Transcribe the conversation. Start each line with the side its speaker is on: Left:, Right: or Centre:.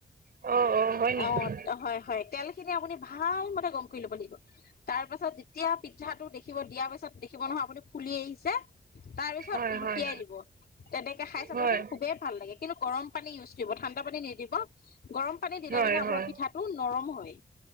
Right: অ'। অ' হয় নেকি
Left: অ' হয় হয় তেল খিনি আপুনি ভাল মতে গম কৰি ল'ব লাগিব তাৰ পাছত এতিয়া পি্াটো দেখিব দিয়াৰ পিছত দেখিব নহয় আপুনি ফুলিয় আহিছে তাৰ পিছত
Right: হয়
Left: লুটিয়াই
Right: হয়
Left: দিব। তেনেকে খাই চাবচোন
Right: হয়
Left: খুবেই ভাল লাগে কিন্তু গৰম পানী ইউজ কৰিব ঠাণ্ডা পানী নিদিব। গৰম পানী দিলে
Right: হয়
Left: মানে আপোনাৰ
Right: হয়
Left: পিঠাটো নৰম হয়।